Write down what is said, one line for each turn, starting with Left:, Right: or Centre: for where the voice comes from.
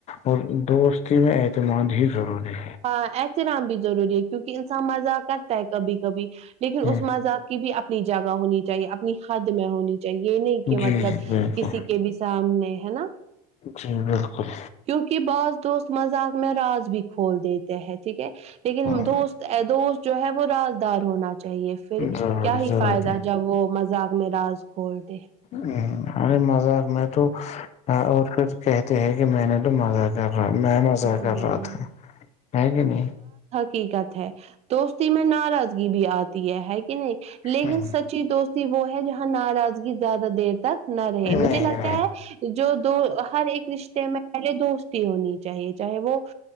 Left: اور دوستی میں اعتماد ہی ضروری ہے
Right: ہاں احترام بھی ضروری ہے کیونکہ انسان مزہ کرتا ہے کبھی کبھی لیکن
Left: ہوں،
Right: اس مذاق کی بھی اپ اپنی جگہ ہونی چاہیے اپنی حد میں ہونی اہ یہ نہیں کہ
Left: جی
Right: مطلب
Left: جی بالکل
Right: کسی کے بھی سامنے ہے نا
Left: جی بالکل
Right: کیونکہ باس دوست مذاق میں راج بھییکھوں <unintelligible> کھول دیتے ہیں ٹھیک ہے لیکن
Left: ہوں،
Right: دوست دوست جو ہے وہ رادار ہونا چاہیے پھر
Left: ضروری
Right: کیا ہی
Left: ضروری
Right: فائدہ جب وہ مذاق میں راج کھول د
Left: ہ ارے مذاق میں تو اور پھر کہتے ہیں کہ میں نے تو مذاق کر میں مزہ
Right: ہوں
Left: کر رہا تھا ہے کہ نہیں
Right: کیقت ہے <unintelligible> دوستی میں نارا <unintelligible> بھی آتی ہے کہ نہیں <unintelligible> لیکن
Left: ہوں،
Right: سچی دوست وہ ہے جہاں ناراضگی زیادہ دیر تک نہ رہے
Left: نہیں نہیں
Right: مجھے لگتا
Left: ہوں،
Right: ہے جو تو ہر ایک رشتے میں پہلے دوستی ہونی تھی چاہیے چاہے وہ